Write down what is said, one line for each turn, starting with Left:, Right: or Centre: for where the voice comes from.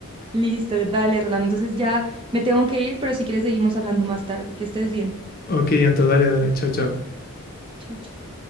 Right: listo, dale, Rolando. Entonces ya me tengo que ir, pero si quieres seguimos hablando más tarde. Que estés bien.
Left: Ok, Anto, dale, dale, chao, chao.
Right: Chao, chao.